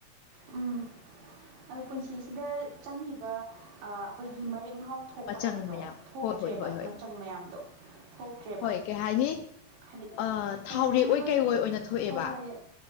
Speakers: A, on the right; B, on the left.
A: ꯎꯝ ꯑꯗꯨ ꯄꯨꯟꯁꯤꯁꯤꯗ ꯆꯪꯉꯤꯕ ꯑꯩꯈꯣꯏꯒꯤ ꯃꯔꯦꯛ ꯃꯍꯥꯎ ꯊꯣꯛꯄ
B: ꯃꯆꯪ
A: ꯍꯥꯏꯕꯗꯣ
B: ꯃꯌꯥꯝ
A: ꯊꯣꯛꯇ꯭ꯔꯦꯕ
B: ꯍꯣꯏ ꯍꯣꯏ ꯍꯣꯏ ꯍꯣꯏ
A: ꯃꯆꯪ ꯃꯌꯥꯝꯗꯣ ꯊꯣꯛꯇ꯭ꯔꯦꯕ
B: ꯍꯣꯏ ꯀꯩ ꯍꯥꯏꯅꯤ
A: ꯍꯥꯏꯕꯗꯤ
B: ꯑ
A: ꯀꯩ
B: ꯊꯥꯎꯔꯦꯛ
A: ꯍꯥꯏꯅꯤ
B: ꯑꯣꯏ
A: ꯑꯩꯈꯣꯏꯒꯤ
B: ꯀꯩ ꯑꯣꯏ ꯑꯣꯏꯅ ꯊꯣꯛꯑꯦꯕ
A: ꯍꯣꯏ ꯍꯣꯏ ꯍꯣꯏ